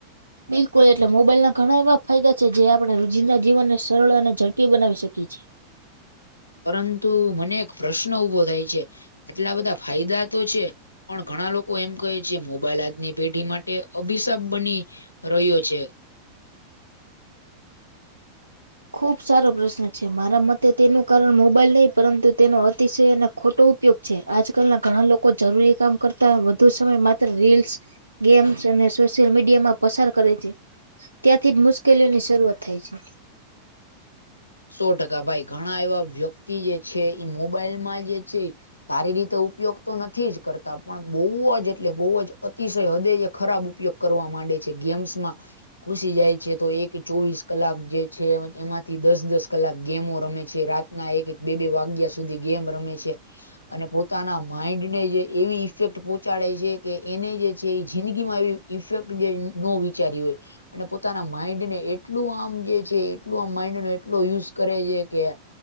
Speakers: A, on the right; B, on the left.
A: બિલકુલ એટલે મોબાઇલના ઘણા એવા ફાયદા છે જે આપણા રોજિંદા જીવનને સરળ અને ઝડપી બનાવી શકે છે.
B: પરંતુ મને એક પ્રશ્ન ઊભો થાય છે આટલા બધા ફાયદા તો છે. પણ ઘણા લોકો એમ કહે છે કે મોબાઇલ આજની પેઢી માટે અભિશાપ બની રહ્યો છે.
A: ખૂબ સારો પ્રશ્ન છે. મારા મતે તેનું કારણ મોબાઇલ નહીં પરંતુ તેનો અતિશય અને ખોટો ઉપયોગ છે. આજકાલના ઘણા લોકો જરૂરી કામ કરતાં વધુ સમય માત્ર રીલ્સ ગેમ્સ અને સોશિયલ મીડિયામાં પસાર કરે છે. ત્યાંથી જ મુશ્કેલીઓની શરૂઆત થાય છે.
B: સો ટકા ભાઈ ઘણા એવા વ્યક્તિ જે છે એ મોબાઇલમાં જે છે સારી રીતે ઉપયોગ તો નથી જ કરતા પણ બોવ જ બોવ જ અતિશય હદે ખરાબ ઉપયોગ કરવા માંડે છે ગેમ્સમાં ઘુસી જાય છે તો એક ચોવીસ કલાક જે છે એમાંથી દસ-દસ દસ કલાક ગેમો રમે છે રાતના એક એક, બે બે વાગ્યા સુધી ગેમ રમે છે. અને પોતાના માઈન્ડને એવી અસર પહોંચાડે છે કે એને જે છે એ જિંદગીમાં એ ઇફેક્ટનો વિચારીયુ હોય. અને પોતાના માઇન્ડને એટલું આમ જે છે એટલું આમ માઇન્ડનો યુઝ કરે છે કે.